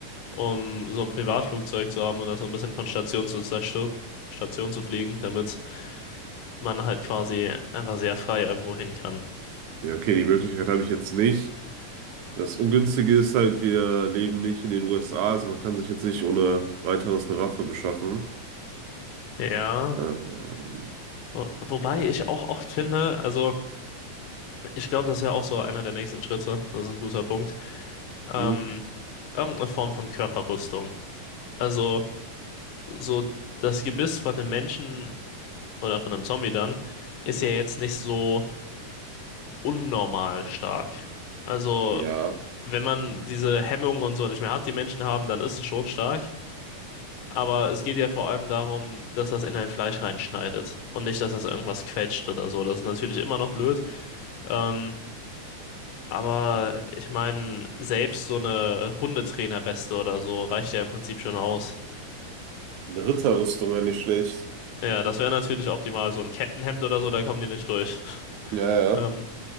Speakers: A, on the left; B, on the right.
A: um so ein Privatflugzeug zu haben oder so ein bisschen von Station zu Sta- Station zu fliegen, damit man halt quasi einfach sehr frei irgendwo hin kann.
B: Ja, okay, die Möglichkeit habe ich jetzt nicht. Das Ungünstige ist halt, wir leben nicht in den USA, also man kann sich jetzt nicht ohne weiteres eine Waffe beschaffen.
A: Ja,
B: Ähm,
A: wo, wobei ich auch oft finde, also ich glaube, das wäre auch so einer der nächsten Schritte, das ist ein guter Punkt, ähm,
B: Hm?
A: irgendeine Form von Körperrüstung. Also so das Gebiss von einem Menschen oder von einem Zombie dann ist ja jetzt nicht so unnormal stark. Also
B: ja,
A: wenn man diese Hemmungen und so nicht mehr hat, die Menschen haben, dann ist es schon stark. Aber es geht ja vor allem darum, dass das in ein Fleisch reinschneidet und nicht, dass das irgendwas quetscht oder so. Das ist natürlich immer noch blöd. Ähm, aber ich meine, selbst so eine Hundetrainerweste oder so reicht ja im Prinzip schon aus.
B: eine Ritterrüstung wäre nicht schlecht.
A: Ja, das wäre natürlich optimal. So ein Kettenhemd oder so, da kommen die nicht durch. <laughs>
B: Ja, ja.
A: Ähm,